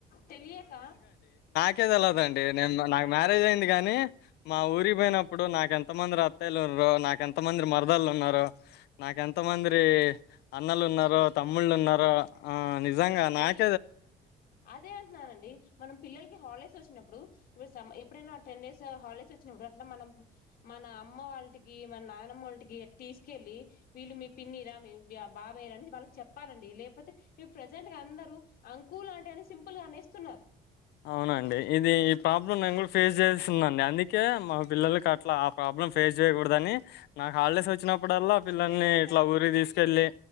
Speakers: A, on the left; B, on the left.
A: తెలియక
B: కేతెల్వదండి నేను నా నాక్ మ్యారేజ్ అయింది కానీ మా ఊరికి పోయినప్పుడు నాకెంతమంద్రి అత్తయ్యలు ఉన్నారు నాకేంతమంద్రి మరదళ్ళు ఉన్నారు నాకెంతమందిరి అన్నలు ఉన్నారు తమ్ముళ్ళు ఉన్నారు ఆ నిజంగా నాక్
A: హి అదే అంటున్నానండి మనం పిల్లలకి హాలిడేస్ వచ్చినప్పుడు ఇప్పు సం ఎప్పుడైనా టెన్ డేస్ హాలిడేస్ వచ్చినప్పుడు అట్లా మనం మన అమ్మ వాళ్ టికి మా నాన్నమ్మూళటికి టీసుకెళ్ళి వీళ్ళు మీ పిన్నిరా మీ బాబాయ్యరా అని వాళ్ళకి చెప్పాలండి లేపోతే ఇవి ప్రజెంట్ గా అందరు అంకులు అంటే అని సింపుల్ గా అనేస్తున్నారు
B: అవునండి ఇది ఈ ప్రాబ్లం నేను కూడా ఫేస్ చేస్తుందండి అందుకే మా పిల్లలకి అట్లా ఆ ప్రాబ్లం ఫేస్ చేయకూడదని నాకు హాలిడేస్ వచ్చినప్పుడల్లా పిల్లల్ని ఇట్లా ఊరికి తీసుకెళ్ళి